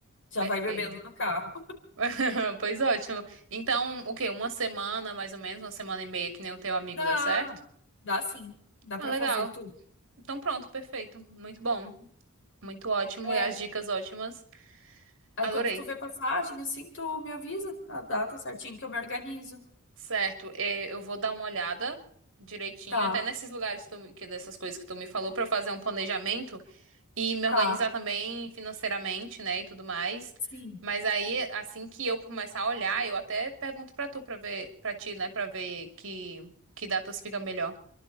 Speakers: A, on the left; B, on the right.
A: Já
B: Perfeito.
A: vai bebendo no carro.
B: <laughs> Pois ótimo. Então, o quê? Uma semana, mais ou menos, uma semana e meia, que nem o teu amigo
A: Dá,
B: dá certo?
A: dá sim. Dá
B: Ah,
A: pra
B: legal.
A: fazer tu.
B: Então pronto, perfeito. Muito bom. Muito ótimo.
A: É.
B: E as dicas ótimas.
A: Aí
B: Adorei.
A: quando tu vê passagem, assim, tu me avisa a data certinho que eu me organizo.
B: Certo, eh, eu vou dar uma olhada direitinho,
A: Tá,
B: até nesses lugares que tu, me- que dessas coisas que tu me falou, pra eu fazer um planejamento e me organizar
A: tá,
B: também financeiramente, né, e tudo mais.
A: sim.
B: Mas aí, assim que eu começar a olhar, eu até pergunto pra tu, pra ver, pra ti, né, pra ver que, que datas fica melhor.